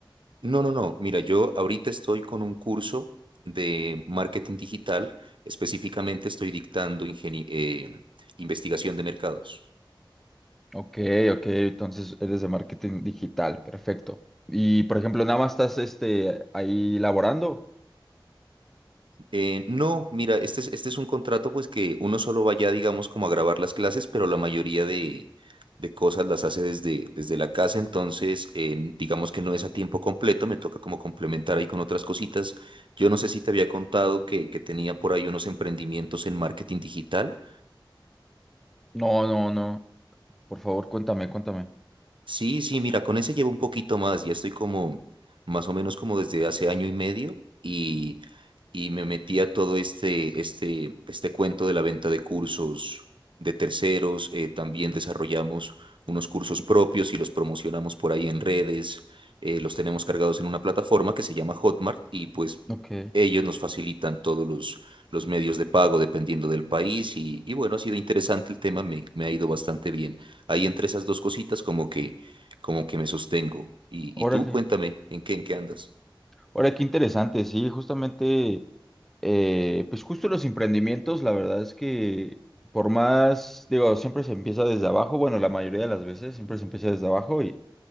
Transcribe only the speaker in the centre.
Ok, ok, entonces eres de marketing digital, perfecto. Y por ejemplo, nada más estás este ahí laborando.
No, no, no. Por favor, cuéntame, cuéntame.
Ok,
órale.
Ahora, qué interesante, sí, justamente, eh, pues justo los emprendimientos, la verdad es que por más, digo, siempre se empieza desde abajo, bueno, la mayoría de las veces siempre se empieza desde abajo y,